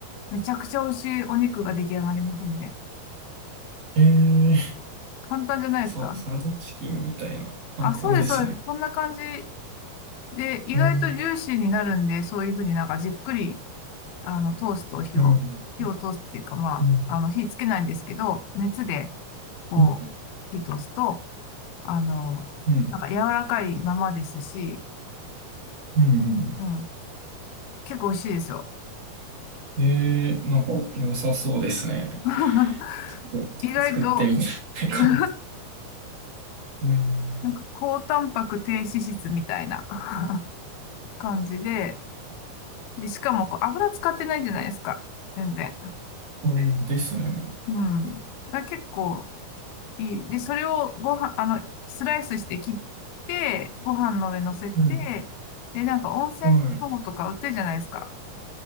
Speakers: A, on the left (about 75°); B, on the right (about 40°).
A: めちゃくちゃ美味しいお肉が出来上がりますんで。
B: えー、
A: 簡単じゃないですか。
B: さ、サラダチキンみたいな。簡単ですね。
A: あ、そうです、そうです。そんな感じで、意外とジューシーになるんで、
B: うん、
A: そういうふうになんかじっくり、あの、通すと火を、
B: うん、
A: 火を通すっていうか、まあ、
B: うん、
A: あの、火つけないんですけど、熱で、こう、
B: うん、
A: 火通すと、あの、
B: うん。
A: なんか柔らかいままですし、
B: うん
A: うん、結構美味しいですよ。
B: えー、なんか良さそうですね。
A: <laughs>
B: ちょっと作ってみたいかも。
A: 意外と <laughs>
B: うん、
A: なんか高タンパク低脂質みたいな <laughs> 感じで、で、しかもこう油使ってないじゃないですか。全然。
B: うんですね。
A: うん。だから結構いい。で、それをご飯、あの、スライスして切って、ご飯の上乗せて、
B: うん、
A: で、なんか温泉卵とか売ってるじゃないですか。
B: はい。